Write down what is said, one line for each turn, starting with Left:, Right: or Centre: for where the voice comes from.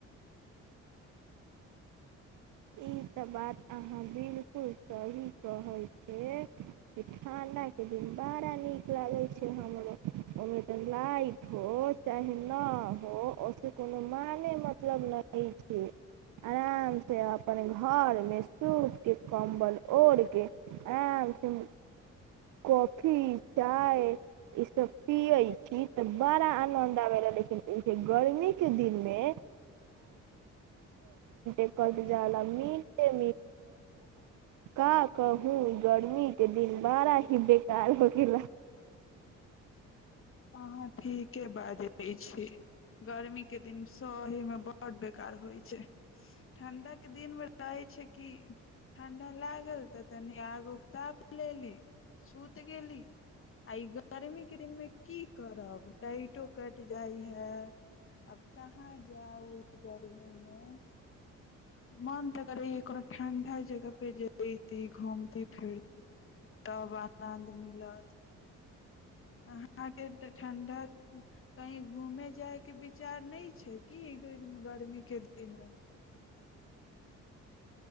Right: <unintelligible> कहै छै कि <unintelligible> माने मतलब नहि छै आराम से अपन घर मे सूत के कंबल ओढ़ के आराम से कॉफी चाय ई सब पियै छी तऽ बड़ा आनंद आवे ला लेकिन गर्मी के दिन मे कट जाला मिके का कहु गर्मी के दिन बड़ा ही बेकार होके ला
Left: हाँ ठीके बाजे छै गरमी के दिन सही मे बढ़ बेकार होई छै ठंडा के दिन मे रहै छै कि ठंडा लागल त तनी आग उग ताप लेली सुत गेलि आ इ गर्मी के दिन मे की करब लाईटो कट जाइ है अब कहाँ जाउ गर्मी मे मन त करैय हे कोनो ठंडा जगह पे जेयती घूमती फिरती तब आनन्द मिलत अहाँ के ठंडा कहीं घूमे जायके विचार नहि छै कि गर गर्मी के दिन मे